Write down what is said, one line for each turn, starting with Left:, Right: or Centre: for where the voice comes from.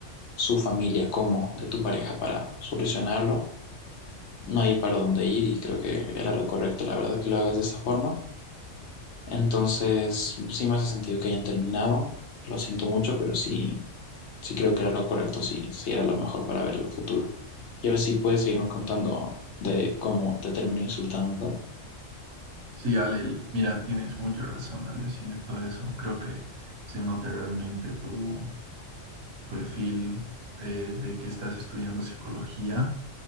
Left: su familia como de tu pareja para solucionarlo, no hay para dónde ir y creo que era lo correcto, la verdad, que lo hagas de esa forma. Entonces, sí me hace sentido que hayan terminado. Lo siento mucho, pero sí, sí creo que era lo correcto, sí, sí era lo mejor para ver el futuro. Y ahora sí puedes seguirme contando de cómo te terminó insultando.
Right: Sí, Ale, mira, tienes mucha razón al decirme todo eso. Creo que se nota realmente tu, tu perfil eh, de que estás estudiando psicología